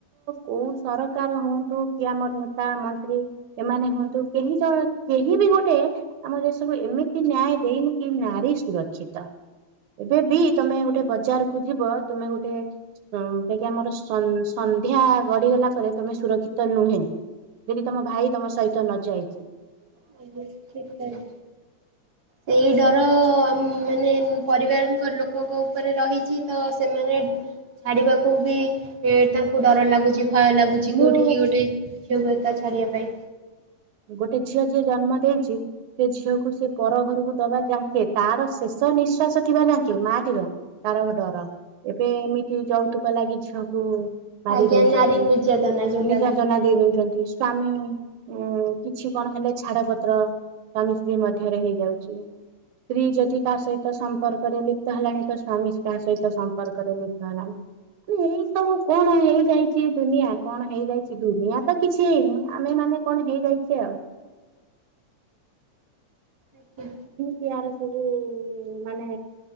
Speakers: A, on the right; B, on the right.
A: କୋଉ ସରକାର ହୁଅନ୍ତୁ କି ଆମର ନେତା ମନ୍ତ୍ରୀ ଏମାନେ ହୁଅନ୍ତୁ କେହି ଜଣ କେହି ବି ଗୋଟେ ଆମ ଦେଶକୁ ଏମିତି ନ୍ୟାୟ ଦେଇନି କି ନାରୀ ସୁରକ୍ଷିତ। ଏବେ ବି ତମେ ଗୋଟେ ବଜାର କୁ ଯିବ ତୁମେ ଗୋଟେ <unintelligible> ମର ସନ୍ଧ୍ୟା ଗଢିଗଲା ପରେ ତମେ ସୁରକ୍ଷିତ ତ ନୁହେଁ ଯଦି ତମ ଭାଇ ତମ ସହିତ ନ ଯାଇଚି।
B: ଠିକଛି ଠିକ୍ କହିଲେ, ସେଇ ଡର ଆ ମାନେ ପରିବାରଙ୍କ ଲୋକଙ୍କ ଉପରେ ରହିଚି ତ ସେମାନେ ଛାଡିବାକୁ ବି ଏ ତାଙ୍କୁ ଡର ଲାଗୁଚି। ଛି ଭୟ ଲାଗୁଚି,
A: ମୁଁ
B: କୋଉଠିିକ କି ଗୋଟେ ଝିଅକୁ ଏକା ଛାଡିବା ପାଇଁ।
A: ଗୋଟେ ଝିଅ ଯିଏ ଜନ୍ମ ଦେଇଚି, ସେ ଝିଅକୁ ସେ ପର ଘରକୁ ଦବା ଯାେ ତାର ଶେଷ ନିଶ୍ୱାସ ଥିବା ଯାଙ୍କେ ମାଟିର ତାର ଡର ଏବେ ଏମିତି ଯୌତୁକ ଲାଗି ଝିଅକୁ ମାରି
B: ଆଜ୍ଞା
A: ଦଉଚନ୍ତି,
B: ନାରୀ ନିର୍ଯାତନା ଯୋଉଟା
A: ନିର୍ଯାତନା
B: କି
A: ଦେଇ ଦଉଚନ୍ତି। ସ୍ୱାମୀ ଉଁ କିଛି କଣ ହେଲେ ଛାଡ ପତ୍ର ସ୍ୱାମୀ ସ୍ତ୍ରୀ ମଧ୍ୟରେ ହେଇଯାଉଚି। ସ୍ତ୍ରୀ ଯଦି କାହା ସହିତ ସମ୍ପର୍କରେ ଲୁପ୍ତ ହେଲାଣି ତ ସ୍ଵାମୀ କାହା ସହିତ ସମ୍ପର୍କରେ ଲୁପ୍ତ ହେଲାଣି। ମାନେ ଏଇ ସବୁ କଣ ହେଇଯାଇଚି ଦୁନିଆ କଣ ହେଇଯାଇଚି ଦୁନିଆ ତ କିଛି ହେଇନି ଆମେ ମାନେ ମାନେ କଣ ହେଇଯାଇଚି ଆଉ।
B: ଆଞା।
A: ୟାର ସବୁ ମାନେ।